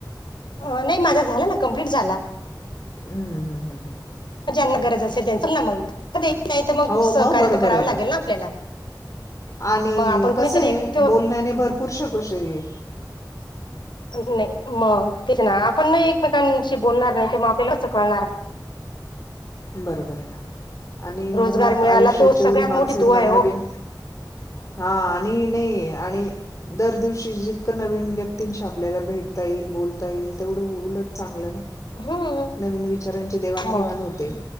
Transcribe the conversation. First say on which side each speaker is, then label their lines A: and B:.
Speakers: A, on the left; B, on the left.
A: नाही माझा झाला ना कमप्लीट झाला
B: हम्म हम्म हम्म हम्म
A: ग ज्यांना गरज
B: बरोबर
A: असेल त्यांच ना मग तर मग
B: हो
A: सहकार्य
B: बरोबर
A: तर करावं
B: आहे
A: लागेल ना आपल्याला
B: आणि
A: मग आपण कुणीतरी
B: कस आहे
A: एक
B: बोलण्याने भरपूर शकोश हे
A: नाही मग तेच ना आपण नाही एकमेकांशी बोलणार नाही ते मा आपेलाच कळणार
B: बरोबर आहे ना आणि
A: रोजगार
B: मुळात
A: मिळाला
B: आयुष्यात
A: तो
B: जेवढी
A: सगळ्यात
B: माणसं
A: मोठी दुआ
B: नवीनवीन
A: आहे हो
B: हा आणि नाही आणि दर दिवशी जितकं नवीन व्यक्तींशी आपल्याला भेटता येईल बोलता येईल तेवढं उलट चांगलं ना
A: हम्म
B: नवीन विचारांची देवाणघेवाण
A: मग
B: होते